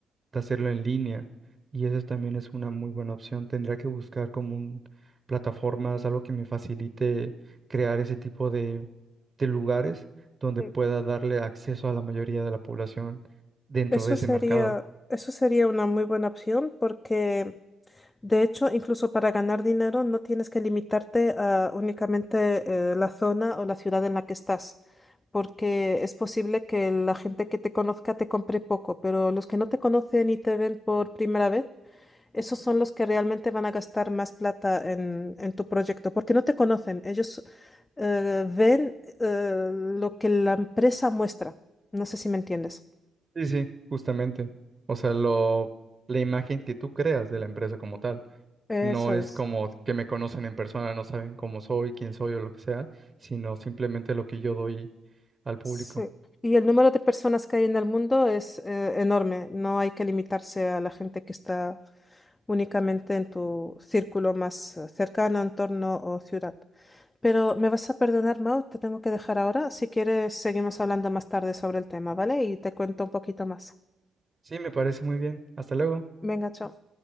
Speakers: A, on the right (about 30°); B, on the left (about 25°).
A: de hacerlo en línea. Y eso también es una muy buena opción. Tendría que buscar como un, plataformas, algo que me facilite crear ese tipo de lugares donde
B: Sí.
A: pueda darle acceso a la mayoría de la población dentro
B: Eso
A: de ese
B: sería,
A: mercado.
B: eso sería una muy buena opción porque De hecho, incluso para ganar dinero no tienes que limitarte a únicamente eh, la zona o la ciudad en la que estás, porque es posible que la gente que te conozca te compre poco, pero los que no te conocen y te ven por primera vez, esos son los que realmente van a gastar más plata en, en tu proyecto, porque no te conocen, ellos eh, ven eh, lo que la empresa muestra. No sé si me entiendes.
A: Sí, sí, justamente. O sea, lo, la imagen que tú creas de la empresa como tal.
B: Eso
A: No es
B: es.
A: como que me conocen en persona, no saben cómo soy, quién soy o lo que sea, sino simplemente lo que yo doy al público.
B: Sí. Y el número de personas que hay en el mundo es eh, enorme. No hay que limitarse a la gente que está únicamente en tu círculo más eh, cercano, entorno o ciudad. Pero me vas a perdonar, Mau, te tengo que dejar ahora. Si quieres, seguimos hablando más tarde sobre el tema, ¿vale? Y te cuento un poquito más.
A: Sí, me parece muy bien. Hasta luego.
B: Venga, chao.